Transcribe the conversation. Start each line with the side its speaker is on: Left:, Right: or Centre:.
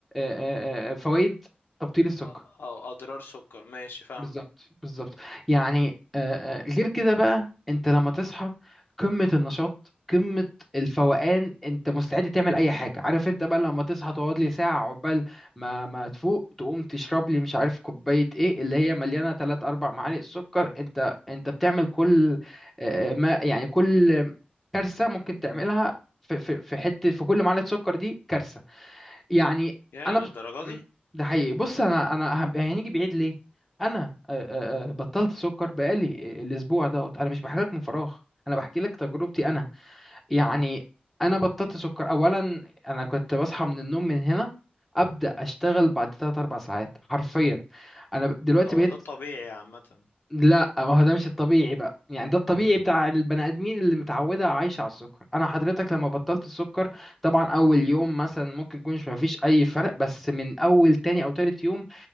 Centre: آه، آه، فوائد تبطيل السكر
Left: اه، او اضرار السكر ماشي فاهمة
Centre: بالظبط بالظبط يعني آه، آه، غير كده بقى انت لما تصحى قمة النشاط قمة الفوقان انت مستعد تعمل اي حاجة عارف انت بقى لما تصحى تقعد لي ساعة عقبال ما ما تفوق تقوم تشرب لي مش عارف كوباية ايه اللي هي مليانة 3 4 معالق سكر انت انت بتعمل كل آه، آه، ما يعني كل كارثة ممكن تعملها في في في حتة في كل معلقة سكر دي كارثة يعني
Left: يا
Centre: انا
Left: للدرجة
Centre: بص... م،
Left: دي
Centre: ده حقيقي بص انا انا هب- هنيجي بعيد ليه انا آه، آه، آه، بطلت سكر بقالي آه، الاسبوع دوت انا مش بحكي لك من فراغ انا بحكي لك تجربتي انا يعني انا بطلت سكر اولا انا كنت بصحى من النوم من هنا ابدا اشتغل بعد 3 4 ساعات حرفيا انا دلوقتي
Left: هو
Centre: بقيت
Left: ده الطبيعي عامة
Centre: لا ما هو ده مش الطبيعي بقى يعني ده الطبيعي بتاع البني ادمين اللي متعوده عايشه على السكر انا حضرتك لما بطلت السكر طبعا اول يوم مثلا ممكن يكونش ما فيش اي فرق بس من اول تاني او تالت يوم